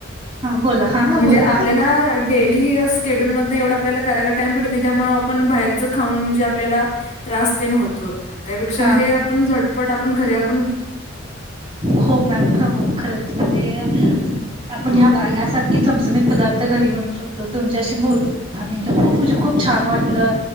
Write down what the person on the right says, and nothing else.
हा बोला हा हा
बोला
हा
हो मॅम हा हो खरच म्हणजे आपण
ह्या भा यासारखी चमचमीत पदार्थ घरी बनवू शकतो. तो तुमच्याशी बोलून दहा मिनिट खूप म्हणजे खूप छान वाटलं